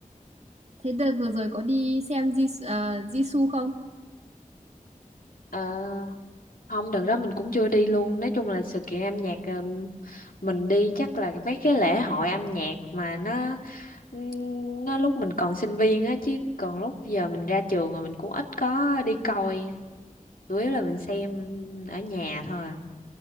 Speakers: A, on the right; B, on the left.
A: thế đợt vừa rồi có đi xem Jis- ờ, Jisoo không
B: Ờ, không đợt đó mình cũng chưa đi luôn nói chung là sự kiện âm nhạc ừm, mình đi chắc là mấy cái lễ hội âm nhạc mà nó Ừm, nó lúc mình còn sinh viên á chứ còn lúc giờ mình ra trường rồi mình cũng ít có đi coi chủ yếu là mình xem ở nhà thôi à.